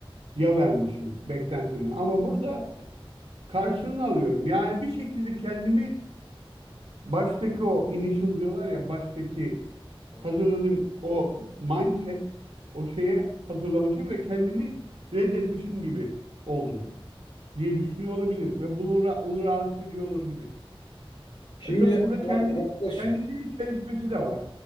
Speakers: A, on the right; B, on the left.
A: vermişim beklentimi. Ama burada karşılığını alıyorum. Yani bir şekilde kendimi baştaki o initial diyorlar ya baştaki
B: Evet.
A: hazırladığım o mindset o şeye hazırlamışım ve kendimi reddetmişim gibi oldum diye düşünüyor olabilir ve bunu ra- onu rahatsız ediyor olabilir.
B: Şimdi
A: E tabii burada
B: abi
A: kendi
B: yaklaş.
A: kendisiyle çelişmesi de var.